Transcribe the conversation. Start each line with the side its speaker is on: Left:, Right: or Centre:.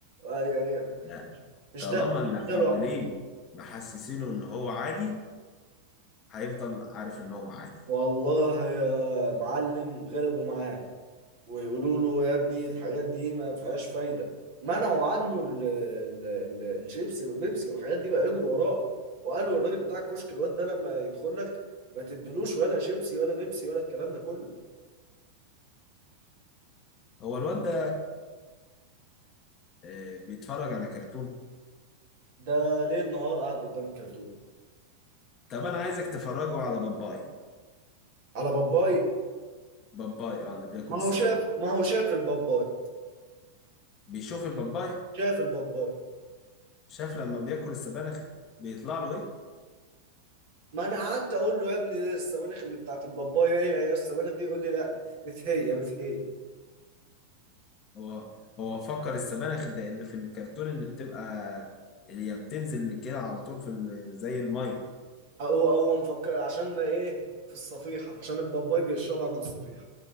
Right: آه يعني
Left: لا
Right: مش
Left: طالما
Right: ده
Left: اللي
Right: مش
Left: حواليه
Right: ده لوحده
Left: محسسينه ان هو عادي هيفضل عارف ان هو عادي
Right: والله يا معلم غلبوا معاه ويقولوا له يا ابني الحاجات دي ما فيهاش فايدة منعوا عنه ال ال ال الشيبسي والبيبسي والحاجات دي بقى يجروا وراه وقالوا الراجل بتاع الكشك الواد ده لما يدخل لك ما تدلوش ولا شيبسي ولا بيبسي ولا الكلام ده كله
Left: هو الواد ده آه، بيتفرج على كرتون
Right: ده ليل نهار قاعد قدام الكرتون
Left: طب انا عايزك تفرجه على باباي
Right: على باباي
Left: باباي اه اللي بياكل
Right: ما
Left: السبانخ
Right: هو شاف ما هو شاف الباباي
Left: بيشوف الباباي
Right: شاف الباباي
Left: شاف لما بياكل السبانخ بيطلع له ايه
Right: ما انا قعدت اقول له يا ابني دي السبانخ اللي بتاعت الباباي هي هي السبانخ دي يقول لي لا مش هي مش هي
Left: هو هو فكر السبانخ ده اللي في الكرتون اللي بتبقى اللي هي بتنزل كده على طول في ال- زي الميه
Right: او او مفكر عشان ما ايه في الصفيحة عشان الباباي بيشربها من الصفيحة